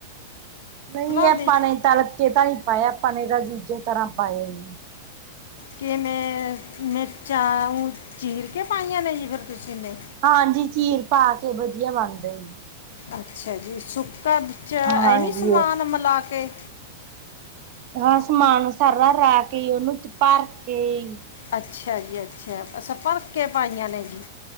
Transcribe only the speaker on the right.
ਨਹੀਂ ਆਪਾਂ
ਨੇ ਤਲਕੇ ਤਾਂ ਨੀ ਪਾਇਆ ਆਪਾਂ ਨੇ ਤਾਂ ਦੂਜੇ ਤਰ੍ਹਾਂ ਪਾਇਆ ਜੀ।
ਹਾਂਜੀ ਚੀਰ ਪਾ ਕੇ ਵਧੀਆ ਬਣਾ ਦਾ ਏ ਜੀ।
ਹਾਂਜੀ
ਹਾਂ ਸਮਾਨ ਸਾਰਾ ਰਲਾ ਕੇ ਉਹਨੂੰ ਭਰ ਕੇ ਜੀ।